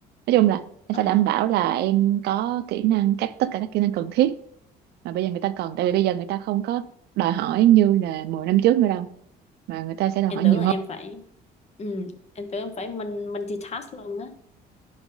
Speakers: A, on the right (about 75°); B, on the left (about 40°).
A: nói chung là em
B: ờ.
A: phải đảm bảo là em có kỹ năng các tất cả các kỹ năng cần thiết mà bây giờ người ta cần tại vì bây giờ người ta không có đòi hỏi như là 10 năm trước nữa đâu mà người ta sẽ đòi
B: Em
A: hỏi
B: tưởng
A: nhiều
B: là
A: hơn
B: em phải... Ừ. Em tưởng em phải mình multitask luôn á.